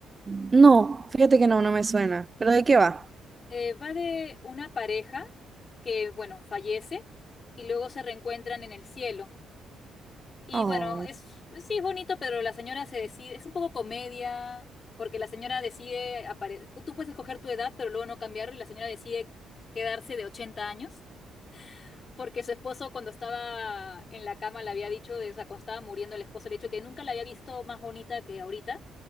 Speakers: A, on the right; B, on the left.
A: No, fíjate que no, no me suena. ¿Pero de qué va?
B: Eh, va de una pareja que, bueno, fallece y luego se reencuentran en el cielo. Y
A: Ay,
B: bueno, es, sí es bonito, pero la señora se decide, es un poco comedia, porque la señora decide, apare- tú tú puedes escoger tu edad, pero luego no cambiarlo y la señora decide quedarse de 80 años. Porque su esposo cuando estaba en la cama le había dicho, de- o sea, cuando estaba muriendo el esposo le había dicho que nunca la había visto más bonita que ahorita.